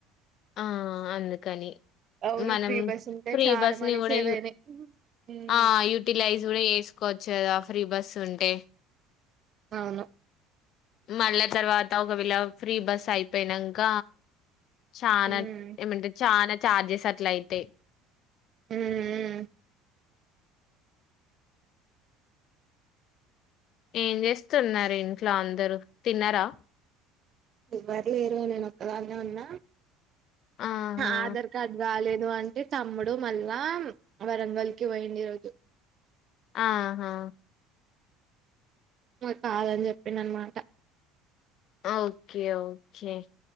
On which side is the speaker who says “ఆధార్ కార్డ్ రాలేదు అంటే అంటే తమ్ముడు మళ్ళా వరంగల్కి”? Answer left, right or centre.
Right